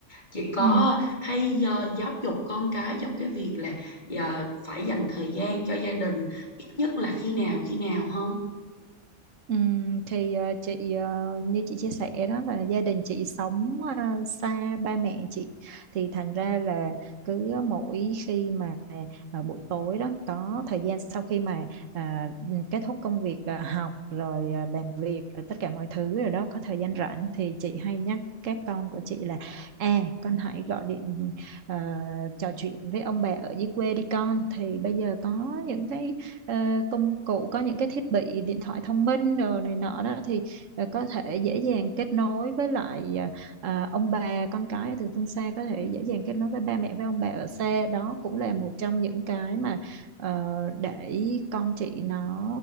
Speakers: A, on the left (about 35°); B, on the right (about 75°).
A: chị có
B: ừ
A: hay à, giáo dục con cái trong cái việc là à, phải dành thời gian cho gia đình ít nhất là khi nào khi nào không
B: Ừm, thì ờ, chị ờ, như chị chia sẻ đó là gia đình chị sống ờ, xa ba mẹ chị thì thành ra là cứ mỗi khi mà ờ, buổi tối đó có thời gian sau khi mà à, kết thúc công việc ờ, học rồi ờ, làm việc rồi tất cả mọi thứ rồi đó có thời gian rảnh thì chị hay nhắc các con của chị là à con hãy gọi điện ờ, trò chuyện với ông bà ở dưới quê đi con thì bây giờ có những cái ờ, công cụ có những cái thiết bị điện thoại thông minh rồi này nọ đó thì ờ, có thể dễ dàng kết nối với lại ờ, à, ông bà con cái từ phương xa có thể dễ dàng kết nối với ba mẹ với ông bà ở xa đó cũng là một trong những cái mà ờ, để con chị nó